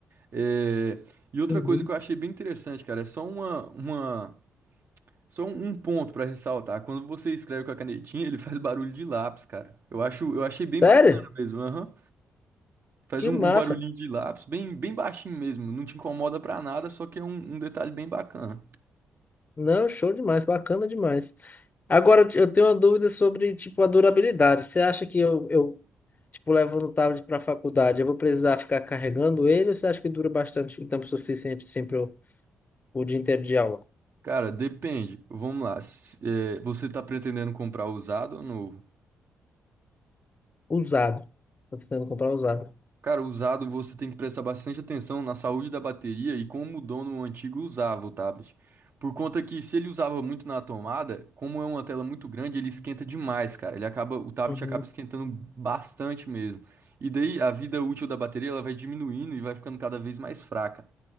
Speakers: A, on the right; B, on the left.
A: É, E outra
B: Uhum.
A: coisa que eu achei bem interessante, cara, é só uma, uma... só um ponto para ressaltar. Quando você escreve com a canetinha, ele <laughs> faz barulho de lápis, cara. Eu acho, eu achei bem
B: Sério?
A: bacana mesmo. aham. Faz
B: Que
A: um,
B: massa!
A: um barulhinho de lápis, bem, bem baixinho mesmo. Não te incomoda pra nada, só que é um um detalhe bem bacana.
B: Não, show demais, bacana demais. Agora eu te- eu tenho uma dúvida sobre, tipo, a durabilidade. Você acha que eu, eu tipo, levo no tablet para a faculdade, eu vou precisar ficar carregando ele ou você acha que dura bastante, o tempo suficiente sempre o, o dia inteiro de aula?
A: Cara, depende. Vamos lá. se- eh, você tá pretendendo comprar usado ou novo?
B: Usado. Tô tentando comprar usado.
A: Cara, usado você tem que prestar bastante atenção na saúde da bateria e como o dono antigo usava o tablet. Por conta que se ele usava muito na tomada, como é uma tela muito grande, ele esquenta demais, cara. Ele acaba, o tablet
B: Uhum.
A: acaba esquentando bastante mesmo. E daí a vida útil da bateria ela vai diminuindo e vai ficando cada vez mais fraca.